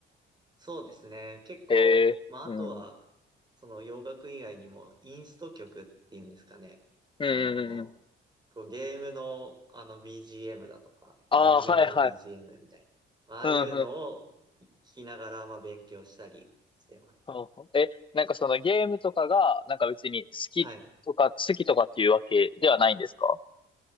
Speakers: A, on the right (about 20°); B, on the left (about 25°).
A: そうですね。結構、
B: へえ、
A: まあ、
B: うん。
A: あとは、その洋楽以外にも、インスト曲っていうんですかね。
B: うん、
A: あの、
B: うん、うん。
A: こうゲームのあの BGM だとか、
B: ああ、
A: アニメの
B: はい、はい。
A: BGM みたいな、まああいうのを聞きながらまあ勉強したりしてます。
B: うんうん。ほうほうえ、なんかそのゲームとかが、なんか別に好きとか、
A: はい。
B: 好きとかっていうわけではないんですか